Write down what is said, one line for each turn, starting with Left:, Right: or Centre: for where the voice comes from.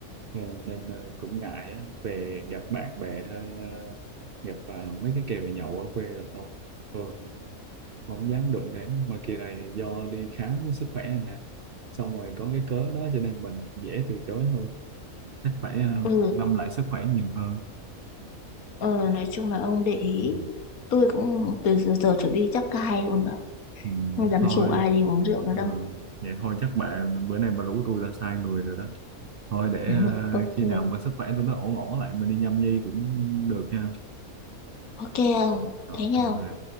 Right: Ờ, nên à, cũng ngại á. về gặp bạn bè hay à, gặp à, mấy cái kèo nhậu ở quê là thôi Tôi không dám đụng đến mà kỳ này do đi khám với sức khỏe này nè xong rồi có cái cớ đó cho nên mình dễ từ chối hơn chắc phải ờ,
Left: ừ
Right: quan tâm lại sức khỏe nhiều hơn
Left: ờ, nói chung là ông để ý
Right: ừ,
Left: tôi cũng từ giờ, giờ trở đi chắc cả hai luôn rồi
Right: ừ,
Left: không dám
Right: thôi
Left: rủ ai đi uống rượu nữa
Right: ờ,
Left: đâu
Right: vậy thôi chắc bạn bữa nay bà rủ tôi là sai người rồi đó thôi để
Left: <laughs>
Right: ờ,
Left: ok
Right: khi nào mà sức khỏe tôi nó ổn ổn lại mình đi nhâm nhi cũng được ha
Left: ok không
Right: Rồi,
Left: thế
Right: ok
Left: nhau
Right: bà